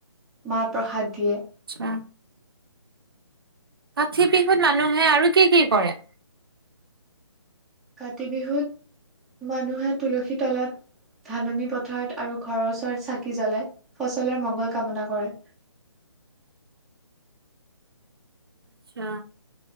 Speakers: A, in the centre; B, on the right.
A: মাহ প্ৰসাদ দিয়ে।
B: আচছা কাতি বিহুত মানুহে আৰু কি কি কৰে?
A: কাতি বিহুত মানুহে তুলসী তলত ধাননি পথাৰত আৰু ঘৰৰ ওচৰত চাকি জ্বলাই ফচলৰ মঙংগল কামনা কৰে।
B: আছা